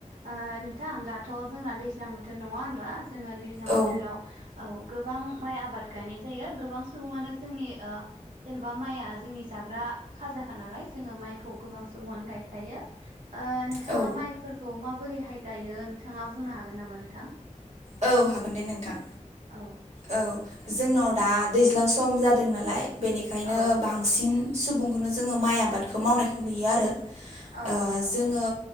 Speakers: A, on the right; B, on the right.
A: ओ नोंथां दाथ' जोंना दैज्लां बोथोर नङा होनबा जोङो दैज्लां
B: औ
A: बोथोराव औ गोबां माइ आबाद गायनाय जायो गोबां सुबुङानो जोंनि ओ जेनेबा माइआ जोंनि जाग्रा खाजाखानालाय जोङो माइखौ गोबां सुबुंआनो गायखायो ओ नोंथाङा
B: औ
A: माइफोरखौ माबोरैहाय गायो नोंथाङा बुंनो हागोन नामा नोंथां
B: औ हागोन दे नोंथां
A: औ
B: औ जोंनाव दा दैज्लां सम जादों नालाय बेनिखायनो
A: औ
B: बांसिन सुबुंखौनो जोङो माइ आबादखौ मावनायखौ नुयो आरो ओ
A: औ
B: जोङो